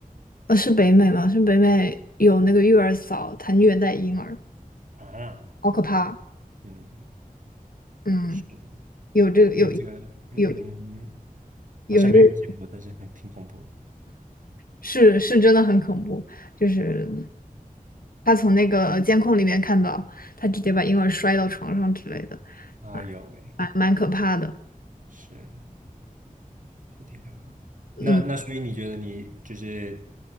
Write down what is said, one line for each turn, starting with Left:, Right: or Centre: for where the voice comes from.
Left: 呃，是北美吗？是北美有那个育儿嫂，她虐待婴儿，
Right: 啊，
Left: 好可怕。
Right: 嗯，
Left: 嗯，
Right: 是
Left: 有这个有
Right: 这个这个，嗯，
Left: 有
Right: 嗯，
Left: 有这。
Right: 好像没遇见过，但是很挺恐怖的，
Left: 是是真的很恐怖，就是他从那个监控里面看到，他直接把婴儿摔到床上之类的，
Right: 哎呦喂，
Left: 啊，蛮蛮可怕的。
Right: 是。四天两的。
Left: 嗯
Right: 那那所以你觉得你就是